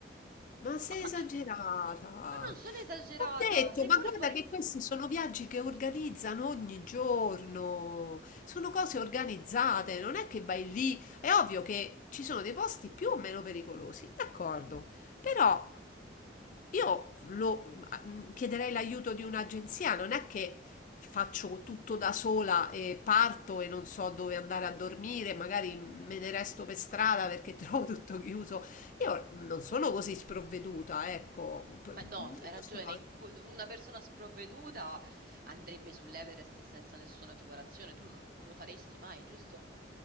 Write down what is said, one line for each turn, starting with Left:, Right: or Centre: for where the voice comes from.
Left: Ma sei
Right: Ma, ma-
Left: esagerata.
Right: ma non sono esagerata,
Left: Ho detto,
Right: sei
Left: ma
Right: pure
Left: guarda
Right: fuori...
Left: che questi sono viaggi che organizzano ogni giorno, sono cose organizzate, non è che vai lì, è ovvio che ci sono dei posti più o meno pericolosi, d'accordo, però io lo, mm, chiederei l'aiuto di un'agenzia, non è che faccio tutto da sola e parto e non so dove andare a dormire, magari me ne resto per strada perché <laughs> trovo tutto chiuso. Io non sono così sprovveduta, ecco, P-
Right: Ma no,
Left: non
Right: hai ragione,
Left: lo so,
Right: qu- una persona sprovveduta andrebbe sull'Everest senza nessuna preparazione, tu non non lo faresti mai, giusto?